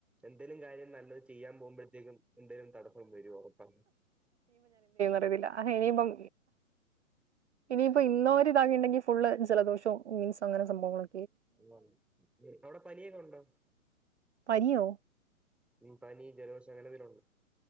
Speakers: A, in the centre; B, on the right (about 55°).
A: എന്തേലും കാര്യം നല്ലത് ചെയ്യാൻ പോകുമ്പോഴ ത്തിനും എന്തേലും തടസ്സം വരും ഒറപ്പാ
B: റിയത്തില്ല ഹേമം ഇനിയിപ്പോ ഇന്നോ <unintelligible> ഫുള്ള് ജലദോഷോ മീൻസ് അങ്ങനെ സംഭവങ്ങളൊ
A: <unintelligible> ആ അവിടെ പനിയെങ്ങനെ ഉണ്ട്
B: പനിയോ
A: ഉം പനി ജലദോഷം അങ്ങനെ <unintelligible>